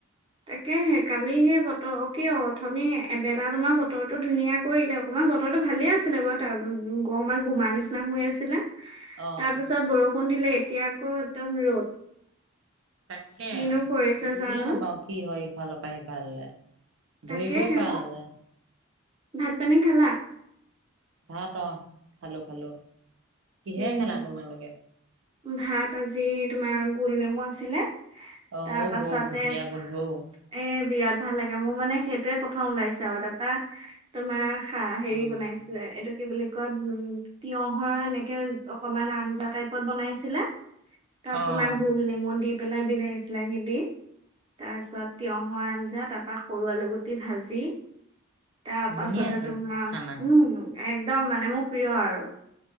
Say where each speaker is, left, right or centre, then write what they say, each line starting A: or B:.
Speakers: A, on the right; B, on the right.
A: তাকেহে কালি সেই বতৰ, কি অ'! অথনি এবেলা তোমাৰ বতৰটো ধুনীয়া কৰিলে অকমান, বতৰটো ভালে আছিলে বাৰু, তাৰ, অকণমান গোমা নিচিনা হৈ আছিলে। তাৰ
B: অ
A: পিছত বৰষুণ ষোণ দিলে এতিয়া আকৌ একদম ৰ'দ।
B: তাকে,
A: কিনো কৰিছে
B: বুজিয়ে
A: জানো
B: নপাওঁ। কি হয় ইফালৰ পৰা সিফাল'লে।
A: তাকেহে
B: ধুই বই পোৱা
A: অ
B: নাযায়।
A: ভাত পানী খালা?
B: ভাত অ খালোঁ খালোঁ। কিহেৰে
A: উম
B: খালা তোমালোকে?
A: ভাত আজি তোমাৰ গোল নেমু, আছিলে।
B: অ',
A: তাৰ পাছতে
B: বৰ ধুনীয়া
A: এ
B: গোন্ধ অ',
A: বিৰাট ভাল লাগে মোৰ মানে। সেইটোয়ে প্ৰথম ওলাইছে আৰু তাৰপা তোমাৰ খাৰ হেৰি
B: উম,
A: বনাইছিলে এইটো। কি বুলি কয় উম তিয়হৰ <unintelligible> তাকে অকমান আঞ্জা টাইপত বনাইছিলে। ত
B: অ',
A: তোমাক গোল নেমু, দি। পেলাই বিলাহী চিলাহী দি তাৰ পিছত তিঁয়হৰ আঞ্জা তাৰ পৰা সৰু আলু গুটি ভাজি। তাৰ পাছতে
B: ধুনীয়াচোন
A: তোমাৰ
B: খানা
A: উম একদম মানে মোক। প্ৰিয় আৰু।